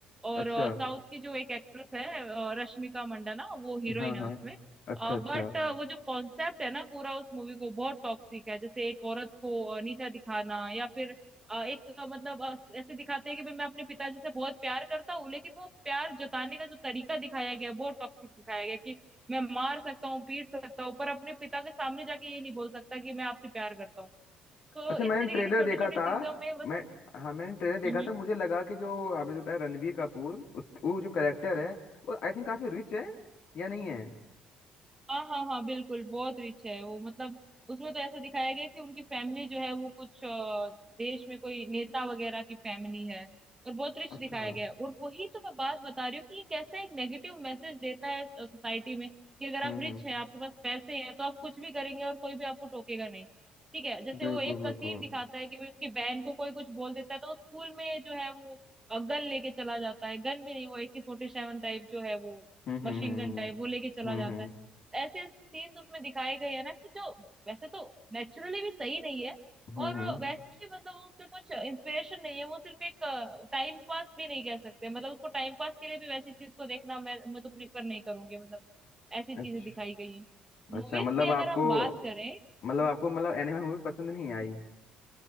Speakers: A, on the right; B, on the left.
A: और
B: अच्छा
A: साउथ की जो एक एक्ट्रेस है अ, रश्मिका मंदाना वो हीरोइन
B: हाँ
A: है
B: हाँ
A: उसमें
B: अच्छा अच्छा
A: बट वो जो कॉन्सेप्ट है ना पूरा उस मूवी को बहुत टॉक्सिक है जैसे एक औरत को अ, नीचा दिखाना या फिर अ, एक अ, मतलब अ, ऐसे दिखाते हैं कि भाई मैं अपने पिताजी से बहुत प्यार करता हूँ लेकिन वो प्यार जताने का जो तरीका दिखाया गया है, बहुत टॉक्सिक दिखाया गया है कि मैं मार सकता हूँ पीट सकता हूँ पर अपने पिता के सामने जाके ये नहीं बोल सकता कि मैं आपसे प्यार करता हूँ तो
B: अच्छा
A: इस
B: मैंने
A: तरीके
B: ट्रेलर
A: की छोटी
B: देखा
A: छोटी
B: था
A: चीजों में मतलब
B: मैं हाँ मैंने ट्रेलर देखा
A: हम्म
B: था मुझे लगा कि जो आपने जो बताया रणवीर कपूर उस वो जो करेक्टर है वो आई थिंक काफी रिच है या नहीं है
A: हाँ हाँ हाँ बिल्कुल बहुत रिच है वो मतलब उसमें तो ऐसा दिखाया गया है कि उनकी फैमिली जो है वो कुछ अ, देश में कोई नेता वगैरह की फैमिली है और बहुत रिच
B: अच्छा
A: दिखाया
B: हम्म
A: गया है और वही तो मैं बात बता रही हूँ कि ये कैसा एक नेगेटिव मैसेज देता है सोसाइटी में कि अगर
B: हम्म
A: आप रिच
B: हम्म
A: हैं आपके पास पैसे हैं तो आप कुछ भी करेंगे और कोई भी आपको टोकेगा नहीं ठीक है जैसे
B: बिल्कुल
A: वो एक
B: बिल्कुल
A: सीन दिखाता है कि भाई उसकी बहन को कोई कुछ बोल देता है तो वो स्कूल में जो है वो गन लेके चला जाता है गन भी नहीं वो एके फोर्टी सेवन टाइप जो है वो
B: हम्म
A: मशीन
B: हम्म हम्म
A: गन टाइप वो लेके चला
B: हम्म
A: जाता
B: हम्म
A: है ऐसे सीन्स उसमें दिखाए गए हैं ना कि जो वैसे तो नेचुरली भी सही नहीं है
B: हम्म,
A: और
B: हम्म,
A: वैसे भी मतलब उससे कुछ इंस्पिरेशन नहीं है वो सिर्फ एक टाइम पास भी नहीं कह सकते मतलब उसको टाइम पास के लिए भी वैसी चीज को देखना मैं मैं तो प्रीफर नहीं करूंगी मतलब ऐसी चीजें
B: अच्छा
A: दिखाई गई हैं
B: अच्छा
A: मूवीज
B: मतलब
A: की अगर
B: आपको
A: हम बात करें
B: मतलब आपको मतलब एनिमल मूवी पसंद नहीं आई